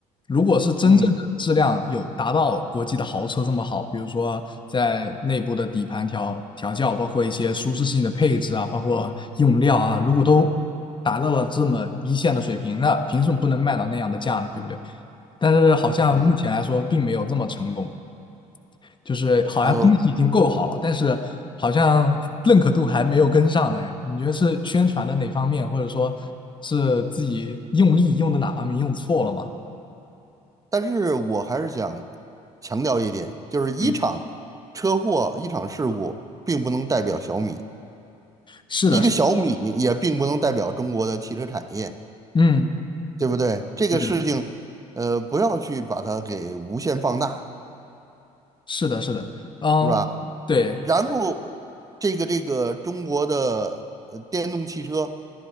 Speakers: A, on the left; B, on the right.
A: 如果是真正的质量有达到国际的豪车这么好，
B: 嗯
A: 比如说在内部的底盘调调教，包括一些舒适性的配置啊，包括用料啊，如果都达到了这么一线的水平，那凭什么不能卖到那样的价呢？对不对？但是好像目前来说并没有这么成功。
B: 嗯
A: 就是好像东西已经够好了，
B: 呃，
A: 但是好像认可度还没有跟上来。你觉得是宣传的哪方面，或者说是自己用力用的哪方面用错了吗？
B: 但是我还是想强调一点，就是一场车祸、
A: 嗯，
B: 一场事故，并不能代表小米。
A: 是的，
B: 一个小米也并不能代表中国的汽车产业，
A: 是的，嗯，
B: 对不对？这个事情，
A: 对的，
B: 呃，不要去把它给无限放大，
A: 是的，是的，嗯，
B: 是吧？
A: 对，
B: 然后，这个这个中国的呃电动汽车，